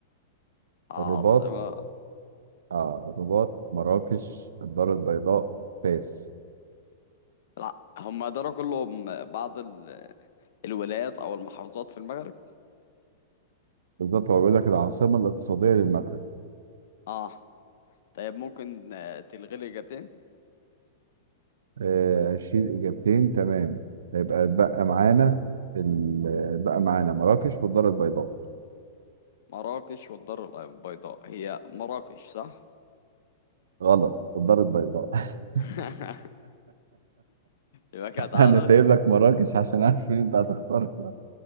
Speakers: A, on the left; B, on the right.
A: عاصمة
B: الرباط آه الرباط مراكش الدار البيضاء فاس
A: لا هم داروا كلهم بعض ال- الولايات او المحافظات في المغرب
B: بالظبط هو بيقول لك العاصمة الاقتصادية للمغرب
A: اه طيب ممكن آه، تلغي لي اجابتين
B: آه شيل إجابتين تمام يبقى اتبقى معانا ال- اتبقى معانا مراكش والدار البيضاء
A: مراكش والدار البيضاء هي مراكش صح
B: غلط الدار البيضاء <laughs>
A: <laughs> يبقى كده تعادل
B: أنا سايب لك مراكش عشان عارف إن أنت هتختارها